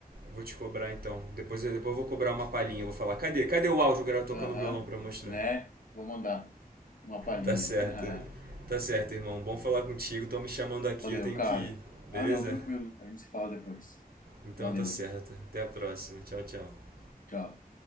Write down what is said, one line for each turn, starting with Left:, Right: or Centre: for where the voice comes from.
Right: Vou te cobrar então. Depois, depois eu vou cobrar uma palhinha. Vou falar, cadê? Cadê o áudio? O cara tocando
Left: Aham,
Right: violão pra mostrar.
Left: né? Vou mandar uma palhinha.
Right: Tá certo.
Left: <laughs>
Right: Tá certo, irmão. Bom falar contigo. Estão me chamando aqui,
Left: Valeu,
Right: eu tenho
Left: cara.
Right: que ir. Beleza?
Left: Ah, não, tranquilo. A gente se fala depois.
Right: Então
Left: Valeu,
Right: tá certo. Até a próxima. Tchau, tchau.
Left: tchau.